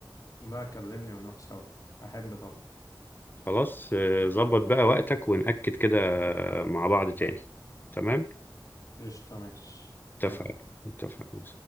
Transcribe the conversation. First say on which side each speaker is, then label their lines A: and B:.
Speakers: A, on the left; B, on the left.
A: لا كلمني ونروح سوا احب طبعا
B: خلاص آه، ظبط بقى وقتك ونأكد كده مع بعض تاني تمام
A: قشطة ماشي
B: اتفقنا
A: يلا
B: اتفقنا